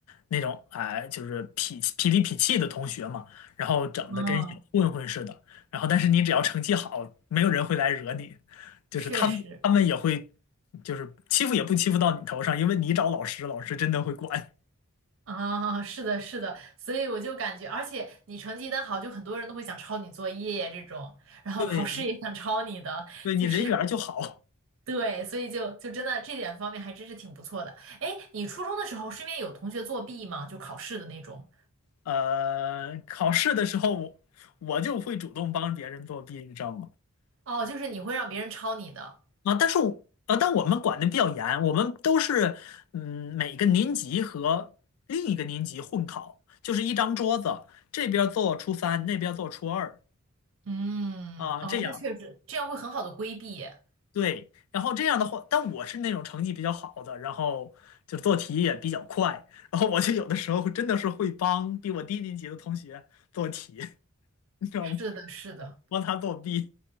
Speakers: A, on the left; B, on the right.
A: 那种哎、就是痞痞里痞气的同学嘛，然后整的跟小混混似的。
B: 嗯，
A: 然后，但是你只要成绩好，没有人会来惹你，就是他们他们也会
B: 确实
A: 就是欺负也不欺负到你头上，因为你找老师，老师真的会管。
B: 啊，是的，是的，所以我就感觉，而且你成绩一旦好，就很多人都会想抄你作业这种，然后考试也想抄你的，
A: 对，你对你人缘儿就好。
B: 就是对，所以就就真的这点方面还真是挺不错的。哎，你初中的时候身边有同学作弊吗？就考试的那种？
A: 呃，考试的时候我我就会主动帮别人作弊，你知道吗？
B: 哦，就是你会让别人抄你的。
A: 啊，但是我呃，但我们管的比较严，我们都是嗯，每个年级和另一个年级混考，就是一张桌子，这边做初三，那边做初二
B: 嗯，
A: 啊，
B: 哦，
A: 这样
B: 那确实，这样会很好的规避耶
A: 对。然后这样的话，但我是那种成绩比较好的，然后就做题也比较快，然后我就有的时候真的是会帮比我低年级的同学做题，<laughs> 你知道吗？
B: 是的，是的。
A: 帮他作弊。